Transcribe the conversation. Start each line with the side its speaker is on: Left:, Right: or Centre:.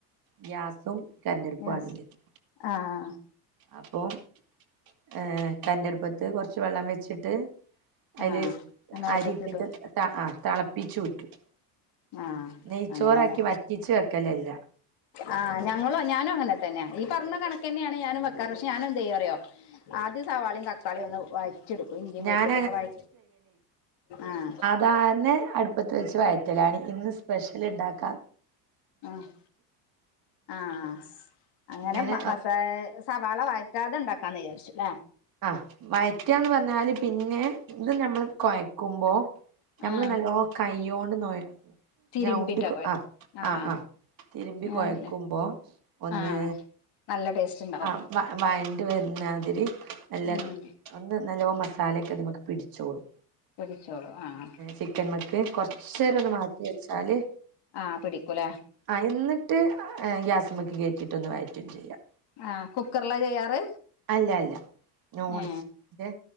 Right: ഗ്യാസും കരണ്ടടുപ്പും
Left: യെസ്
Right: ആണില്ലത്.
Left: ആഹ്
Right: അപ്പം ഏഹ് കരണ്ടടുപ്പത്ത് കുറച്ച് വെള്ളം വെച്ചിട്ട്. അയ്ല്
Left: ആഹ് അതിനകത്തേക്ക്
Right: അരി ഇട്ടിട്ട്
Left: ഇടും
Right: ആഹ് ത അഹ് തളപ്പിച്ചൂറ്റും.
Left: ആഹ്
Right: നെയ്ച്ചോറാക്കി
Left: അങ്ങനെല്ലേ
Right: വറ്റിച്ച് വെക്കലല്ല.
Left: ആഹ് ഞങ്ങളും ഞാനും അങ്ങനെ തന്നെയാ ഈ പറഞ്ഞ കണക്ക തന്നെയാണ് ഞാനും വെക്കാറ് പക്ഷെ ഞാന ന്തെയ്യറിയോ ആദ്യം സവാളയും തക്കാളിയും ഒന്ന് വായി ചെടുക്കും ഇഞ്ചിം
Right: ഞാൻ
Left: വെളുത്തുള്ളിയൊക്കെ വഴ ആഹ്
Right: സാരണേ അടുപ്പത്ത് വെച്ച് വയറ്റലാണ് ഇന്ന് സ്പെഷ്യൽ ഇണ്ടാക്കാ.
Left: അഹ് ആഹ് അങ്ങനെ
Right: ഇങ്ങനെ
Left: മ മസാ സവാള വയറ്റാതെ ഇണ്ടാക്കാന്ന് വിചാരിച്ചുല്ലേ
Right: ആഹ വയറ്റാന്ന് പറഞ്ഞാല് പിന്നെ ഇത് നമ്മള് കുഴക്കുമ്പോ നഞമ്മള്
Left: ആഹ്
Right: നല്ലോ കയ്യോണ്ട് നോയി
Left: തിരുമ്പിട്ടാ
Right: ഞവുണ്ടി
Left: കൊഴ
Right: ആ
Left: ആഹ്
Right: ആഹ തിരുമ്പി
Left: ഞാൻ
Right: കുഴക്കുമ്പോ ഒന്ന്
Left: ആഹ് നല്ല ടേസ്റ്റ് ഉണ്ടാവും
Right: ആ വയന്റ് വരുണാതിരി നല്ല
Left: ഉം
Right: ഒന്ന് നല്ലോ മസാലയക്കെ ത്മക്ക് പിടിച്ചോളും
Left: പിടിച്ചോളൂ ആഹ്
Right: ചിക്കൻ മക്ക് കൊറച്ചര് ന്ന് മാറ്റി വെച്ചാല്.
Left: ആഹ പിടിക്കൂലേ?
Right: ആ എന്നിട്ട് എഗ്യാസമക്ക് കയറ്റിയിട്ട ഒന്ന് വയറ്റും ചെയ്യാം.
Left: ആഹ കുക്കർല്ല ചെയ്യാറ്?
Right: അല്ല അല്ല നോൺസ്റ്റിക്കിന്റെ
Left: ഏ